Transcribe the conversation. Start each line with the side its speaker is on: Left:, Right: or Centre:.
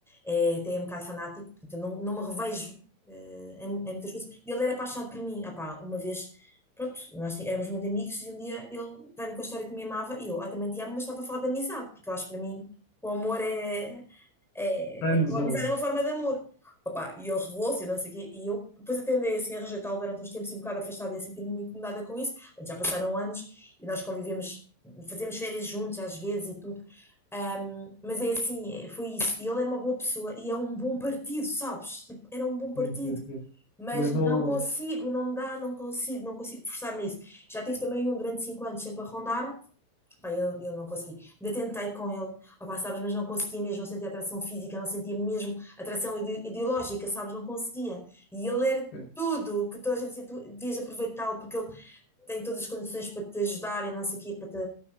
Centre: é, tem é um bocado fanático, portanto eu não, não me revejo eh, em, em muitas coisas. E Ele era apaixonado por mim, ah pá, uma vez, pronto, nós ti- éramos muito amigos, e um dia ele veio-me com a história que me amava, e eu, ah, também te amo, mas estava a falar de amizade, porque eu acho que para mim o amor é, é,
Left: Friend
Centre: é, a
Left: zone.
Centre: amizade é uma forma de amor. Opa, e ele revelou-se, e não sei o quê, e eu depois atendei assim a rejeitá-lo durante uns tempos e um bocado afastada e a sentir-me incomodada com isso. Pronto, já passaram anos e nós convivemos, fazemos férias juntos às vezes e tudo. Ahm, mas é assim, é- foi isso. E ele é uma boa pessoa e é um bom partido, sabes? Tipo, era um bom partido,
Left: Sim, sim, sim.
Centre: mas
Left: Mas não.
Centre: não consigo, não dá, não consigo, não consigo forçar-me a isso. Já tive também um durante cinco anos sempre a rondar-me Pá, eu, eu não consegui. Ainda tentei com ele, opá, sabes, mas não conseguia mesmo, não sentia atração física, não sentia mesmo atração ide- ideológica, sabes, não conseguia. E ele era
Left: Sim,
Centre: tudo o que toda a gente dizia, tu devias aproveitá-lo, porque ele tem todas as condições para te ajudar e não sei o quê, para te